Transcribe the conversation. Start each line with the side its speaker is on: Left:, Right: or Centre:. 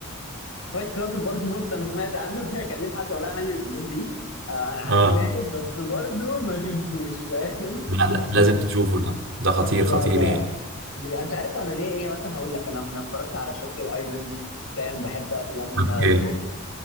Left: فايت كلاب برضه بص انا سمعت عنه <laughs> كان لسه حد والله عمل لي ريكومند ليه آه انا عارفه
Right: اه
Left: يعني بس برضه ما شفتوش فاهم
Right: لا لا
Left: <laughs>
Right: لازم تشوفه ده ده خطير
Left: لا
Right: خطير
Left: لا
Right: يعني
Left: بج- انت عارف انا ليه ايه مثلا هقول لك انا من اتفرجت على شاتر ايلاند فاهم بحب افلام
Right: اوكي
Left: ذا روك